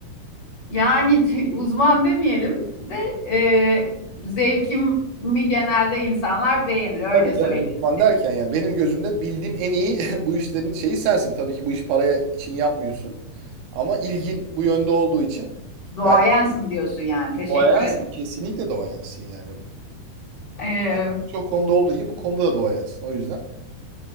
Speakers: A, on the left; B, on the right.
A: Yani <laughs> uzman demeyelim de e, zevkimi genelde insanlar beğenir öyle
B: Tabii canım.
A: söyleyeyim.
B: Uzman derken yani benim gözümde bildiğim en iyi <laughs> bu işlerin şeyi sensin. Tabii ki bu işi paraya için yapmıyorsun. Ama ilgin bu yönde olduğu için
A: Duayensin
B: ben
A: diyorsun yani. Teşekkür
B: doğayansın.
A: ederim.
B: Kesinlikle doğayansın yani.
A: Ee,
B: Yani Birçok konuda olduğu gibi bu konuda da doğayansın. O yüzden